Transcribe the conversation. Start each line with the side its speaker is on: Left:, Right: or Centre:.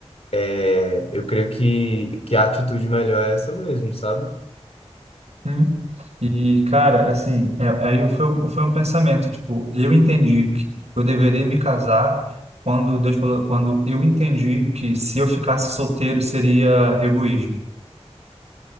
Left: é, eu creio que, que a atitude melhor é essa mesmo, sabe?
Right: Hum. E, cara, assim, é- aí foi, foi um pensamento, tipo, eu entendi que eu deveria me casar quando Deus falou, quando eu entendi que se eu ficasse solteiro seria egoísmo.